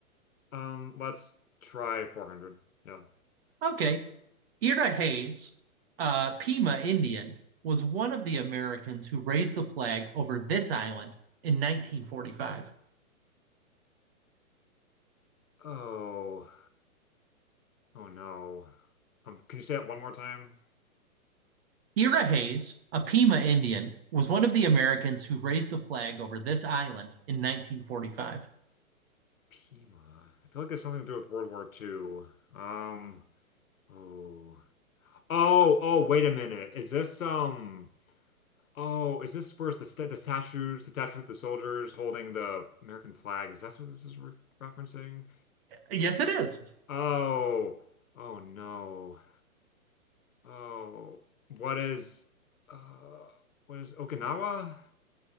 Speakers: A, on the left (about 70°); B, on the right (about 45°).
A: Um, let's try 400. Yeah.
B: Okay. Ira Hayes, uh, Pima Indian, was one of the Americans who raised the flag over this island in 1945.
A: Oh, oh no. Um, can you say that one more time?
B: Ira Hayes, a Pima Indian, was one of the Americans who raised the flag over this island in 1945.
A: Pima. I feel like it's something to do with World War Two. Um, oh. Oh, oh, wait a minute. Is this um Oh, is this where's the sta the statues, the statue of the soldiers holding the American flag? Is that what this is re referencing?
B: Yes, it is.
A: Oh, oh no. Oh, what is uh what is Okinawa?